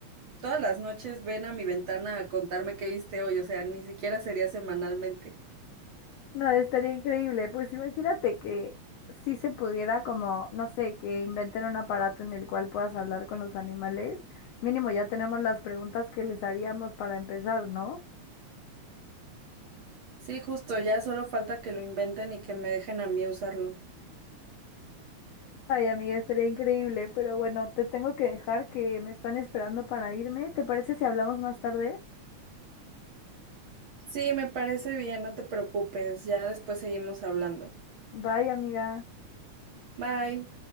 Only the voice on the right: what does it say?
Todas las noches ven a mi ventana a contarme qué viste hoy, o sea, ni siquiera sería semanalmente.
Sí, justo, ya solo falta que lo inventen y que me dejen a mí usarlo.
Sí, me parece bien, no te preocupes, ya después seguimos hablando.
Bye.